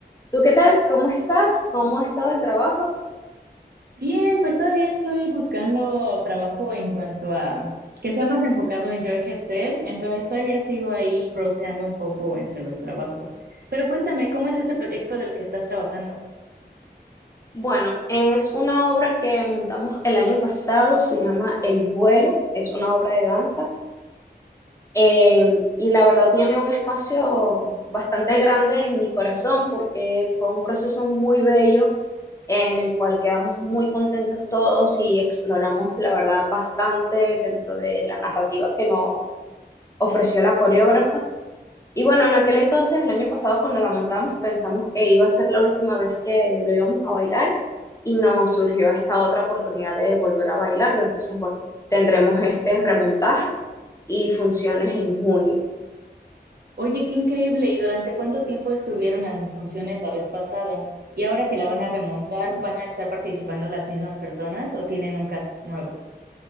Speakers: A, on the left (about 20°); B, on the right (about 65°).
A: ¿Tú qué tal? ¿Cómo estás? ¿Cómo ha estado el trabajo?
B: Bien, pues todavía estoy buscando trabajo en cuanto a que sea más enfocado en yo ejercer, entonces todavía sigo ahí browseando un poco entre los trabajos. Pero cuéntame, ¿cómo es este proyecto del que estás trabajando?
A: Bueno, es una obra que montamos el año pasado, se llama El vuelo, es una obra de danza. Eh, y la verdad tiene un espacio bastante grande en mi corazón porque fue un proceso muy bello en el cual quedamos muy contentos todos y exploramos la verdad bastante dentro de la narrativa que nos ofreció la coreógrafa. Y bueno, en aquel entonces, el año pasado cuando la montamos, pensamos que iba a ser la última vez que lo íbamos a bailar y nos surgió esta otra oportunidad de volver a bailarlo. Entonces, bueno, tendremos este remontaje y funciones en junio.
B: Oye, qué increíble, ¿y durante cuánto tiempo estuvieron en funciones la vez pasada? ¿Y ahora que la van a remontar, van a estar participando las mismas personas o tienen un cast nuevo?